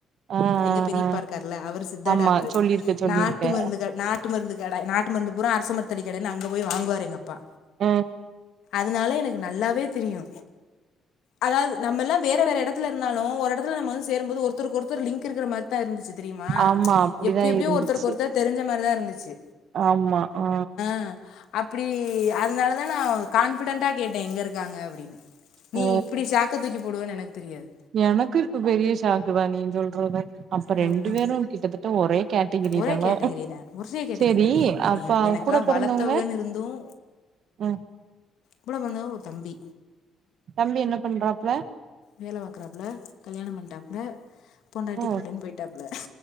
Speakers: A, on the right; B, on the left.
A: ஆ ஆ
B: எங்க பெரியப்பா
A: ஆ
B: இருக்கார்ல அவர் சித்தா
A: ஆமா
B: டாக்டரு
A: சொல்லிருக்க சொல்லிருக்க
B: நாட்டு மருந்துக நாட் டு மருந்து கட நாட்டு மருந்து பூரா அரச மரத்தடி கட அங்க போய் வாங்குவாரு எங்கப்பா
A: ம்
B: அதுனால எனக்கு நல்லாவே தெரியு அதாவது நம்ம எல்லா வேற வேற எடத்துல இருந்தாலு ஒரு எடத்துல நம்மந்து சேருபோது ஒருத்தருக் ஒருத்தர் லிங்க் இருக்கிற மாரிதா இருந்துச்சு தெரியுமா
A: ஆமா அப்படிதா
B: எப்டி எப்பிடியோ
A: இருந்துச்சு
B: ஒருத்தருக்கு ஒருத்தர் தெரிஞ்ச மாரிதா இருந்துச்சு
A: ஆமா ஆ
B: அ அப்டி அதனாலதா நா கான்ஃபிடன்ட்டா கேட்டே எங்க இருக்காங்க அப்டின்னு நீ
A: ஓ
B: இப்டி ஷாக்க தூக்கி போடுவேன்னு எனக்குத் தெரியாது
A: எனக்கு இப்ப பெரிய ஷாக்கு தா நீ சொல்றது அப்ப ரெண்டு
B: ம் ம்.
A: பேரு கிட்டத்தட்ட ஒரே காட் டிகிரி
B: ஒரே
A: தானா
B: கேட்டகரி தான் ஒரே கேட்டகரி
A: சேரி
B: தான் என்னை
A: அப்ப அவ
B: எனக்கெல்லாம்
A: கூட பொறந்தவங்க
B: வளர்த்தவங்கன்னு இருந்தும்
A: அ
B: கூடப் பொறந்தவங்க ஒரு தம்பி
A: தம்பி என்ன பண்றாப்ல
B: வேல பாக்குறாப்ல கல்யாணம் பண்ணிட்டாப்புல பொண்டாட்டி
A: ஓ
B: புள்ளன்னு போய்டாப்புல